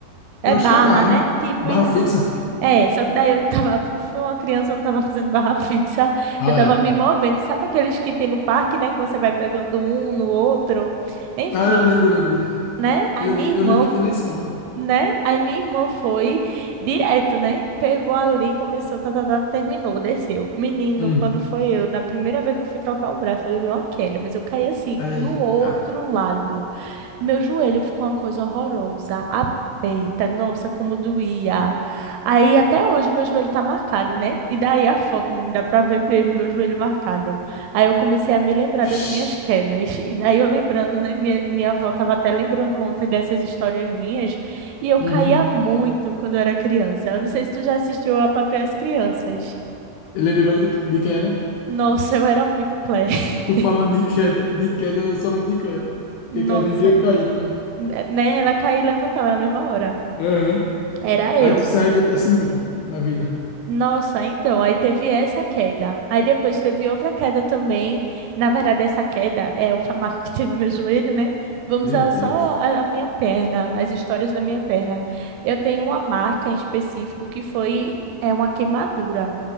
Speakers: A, on the left; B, on the right.
A: Eu
B: é barra,
A: acho que é barra, não?
B: né? Tipo
A: Barra
B: isso.
A: fixa.
B: É, só que daí eu não tava. <laughs> Fui uma criança, eu não tava fazendo barra <laughs> fixa.
A: Ah,
B: Eu tava
A: é.
B: me movendo. Sabe aqueles que tem no parque, né? Que você vai pegando um no outro. Enfim,
A: Ah, eu lembro, eu lembro dele.
B: né? A
A: Eu,
B: minha
A: le-
B: irmã
A: eu lembro que tinha na escola.
B: né? Aí minha irmã foi direto, né? Pegou ali, começou, tá, tá, tá, terminou, desceu. Menino,
A: Hum.
B: quando foi eu, na primeira vez que eu fui trocar o braço, eu levei uma queda, mas eu caí assim,
A: Eita.
B: do outro lado. Meu joelho ficou uma coisa horrorosa, aperta, nossa, como doía. Aí até hoje meu joelho tá marcado, né? E daí a foto não dá pra ver mesmo, meu joelho marcado. Aí eu comecei a me lembrar
A: Vixe.
B: das minhas quedas. E daí eu lembrando, né? Minha, minha avó tava até lembrando ontem dessas histórias minhas. E eu
A: Uhum.
B: caía muito quando eu era criança. Eu não sei se tu já assistiu a Patrulha das Crianças.
A: Eu lembrei logo de, de Claire, né?
B: Nossa, eu era muito Claire. <laughs>
A: Tu falando de queda, de queda, eu só lembro de Claire. Porque
B: Nossa,
A: Claire vivia caindo, velho.
B: né? Ela caía e levantava na mesma hora.
A: Aham.
B: Era
A: Aí
B: eu.
A: tu se arrebentasse muito na vida.
B: Nossa, então, aí teve essa queda. Aí depois teve outra queda também. Na verdade, essa queda é outra marca <laughs> que tem no meu joelho, né? Vamos
A: Meu
B: a
A: Deus.
B: só a, a minha perna, as histórias da minha perna. Eu tenho uma marca em específico que foi é uma queimadura.